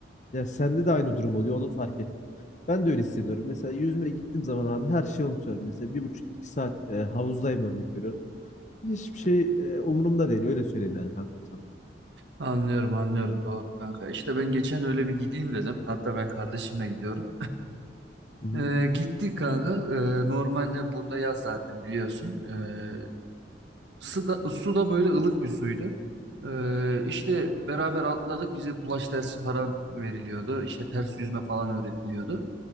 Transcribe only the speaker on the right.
Anlıyorum anlıyorum doğru kanka. İşte ben geçen öyle bir gideyim dedim. Hatta ben kardeşimle gidiyorum.
Ee, gittik kanka. Ee, normalde burada yaz zaten biliyorsun. Ee, su da, su da böyle ılık bir suydu. Ee, işte beraber atladık. Bize kulaç dersi falan veriliyordu. İşte ters yüzme falan öğretiliyordu.